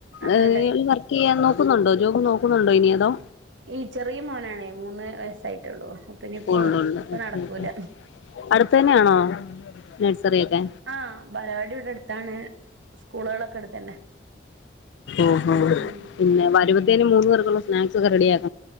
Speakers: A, on the right; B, on the left.
A: അത്രടെ
B: ആ ഇയാള് വർക്ക് ചെയ്യാന്നോ ക്കുന്നുണ്ടോ ജോബ് നോക്കുന്നുണ്ടോ ഇനി അതോ
A: ഈ ചെറിയ മോനാണേ മൂന്ന് വയസ് ട്ടായിട്ടുള്ളൂ പിന്ന ഇപ്പോ
B: ഉള്ളു ഉള്ളു
A: ഇപ്പ
B: ഓക്കെ
A: നടക്കൂല
B: ഓക്കെ അടുത്ത് തന്നെയാണോ നഴ്സറിയൊക്കെ
A: ആ ബാലവാടി ഇവിടെ എടുത്താണ് സ്കൂളുകളൊക്കെ അടുത്തന്നേ
B: ഓഹോ
A: ഉം
B: പിന്നെ വരുമ്പത്തേനും <unintelligible> സ്നാക്സ് ഒക്കെ റെഡിയാക്